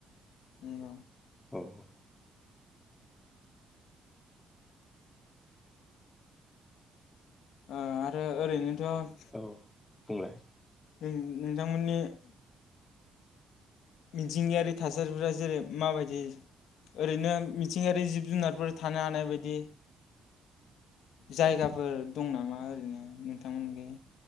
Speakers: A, on the left; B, on the left.
A: नोंगौ
B: औ औ
A: ओ आरो ओरैनो <unintelligible>
B: औ बुंलाय
A: नों-नोंथांमोननि मिथिंगायारि थासारिफोरा जेरै माबायदि ओरैनो मिथिंगायारि जिब-जुनारफोर थानो हानाय बायदि जायगाफोर दं नामा ओरैनो नोंथांमोनखै?